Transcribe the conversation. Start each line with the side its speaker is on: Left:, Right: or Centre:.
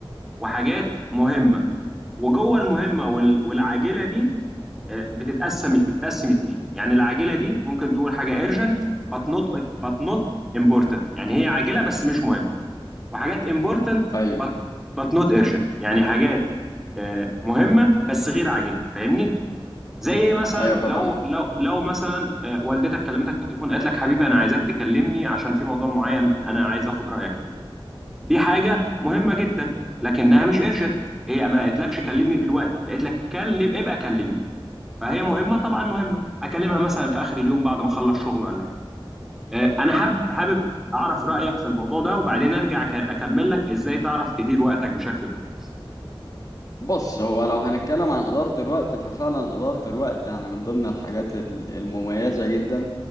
Centre: وحاجات مهمة وجوه المهمة وال- والعاجلة دي بتتقسم بتتقسم اتنين يعني العاجله دي ممكن تقول حاجه urgent but not but not important يعني هي عاجله بس مش مهم وحاجات important
Left: ايوه
Centre: but but not urgent يعني حاجات آه، مهمه بس غير عاجله فاهمني زي ايه مثلا
Left: ايوه فاهمك
Centre: لو لو لو مثلا آه، والدتك كلمتك في التليفون قالت لك حبيبي انا عايزاك تكلمني عشان في موضوع معين انا عايز اخد رايك فيه دي حاجه مهمه جدا لكنها مش urgent هي ما قالتلكش كلمني دلوقتي قالت لك كلم ابقى كلمني فهي مهمه طبعا مهمه اكلمها مثلا في اخر اليوم بعد ما اخلص شغل ولا حاجه آه، انا حابب حابب اعرف رايك في الموضوع ده وبعدين ارجع أك- اكمل لك ازاي تعرف تدير وقتك بشكل كويس
Left: بص هو لو هنتكلم عن إدارة الوقت ففعلا إدارة الوقت يعني من ضمن الحاجات ال- المميزة جدا